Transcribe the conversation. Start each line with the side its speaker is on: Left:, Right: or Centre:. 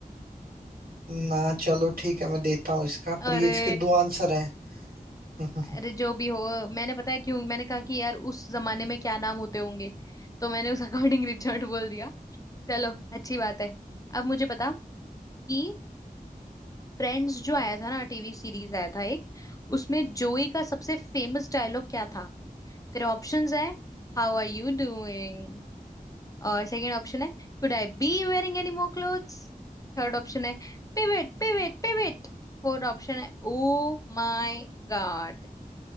Right: ना चलो ठीक है मैं देता हूँ इसका
Left: अरे
Right: पर ये इसके दो आंसर हैं
Left: अरे
Right: <laughs>
Left: जो भी हो मैंने पता है क्यों मैंने कहा कि यार उस जमाने में क्या नाम होते होंगे तो मैंने उस अकॉर्डिंग रिचर्ड बोल दिया चलो अच्छी बात है अब मुझे बता कि फ्रेंड्स जो आया था ना टीवी सीरीज आया था एक उसमें जोई का सबसे फेमस डायलॉग क्या था तेरे ऑप्शंस है हाउ आर यू डूइंग और सेकंड ऑप्शन है could I be wearing any more clothes third option है pivot pivot pivot fourth option है ओ माय गॉड